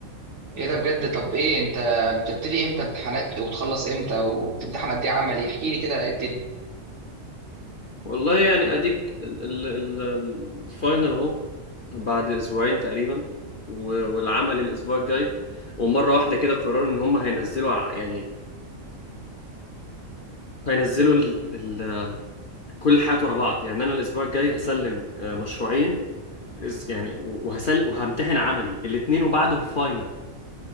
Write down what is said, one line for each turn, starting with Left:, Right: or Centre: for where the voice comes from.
Right: ايه ده بجد طب ايه انت بتبتدي امتى امتحانات وتخلص امتى وبتمتحن قد ايه عملي احكي لي كده ايه الدنيا
Left: والله يعني اديك ال- ال- ال- ال- الفاينل اهو بعد اسبوعين تقريبا و- والعمل الاسبوع الجاي ومرة واحدة كده قرروا ان هم هينزلوا ع- يعني هينزلوا ال- ال- كل الحاجات ورا بعض يعني انا الاسبوع الجاي هسلم آه، مشروعين اس- يعني وهسل وهمتحن عملي الاتنين وبعده الفاينل